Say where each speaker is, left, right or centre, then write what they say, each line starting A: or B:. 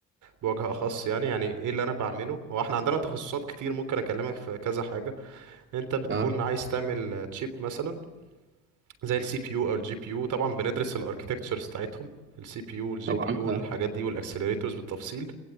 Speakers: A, on the right; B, on the right.
A: بوجه اخص يعني يعني ايه اللي انا بعمله هو احنا عندنا تخصصات كتير ممكن اكلمك في كذا حاجه انت بتكون
B: اه
A: عايز تعمل تشيب مثلا زي السي بي يو او الجي بي يو طبعا بندرس الاركتكتشرز بتاعتهم السي بي يو والجي
B: طبعا
A: بي يو
B: اه
A: الحاجات دي والاكسلريتورز بالتفصيل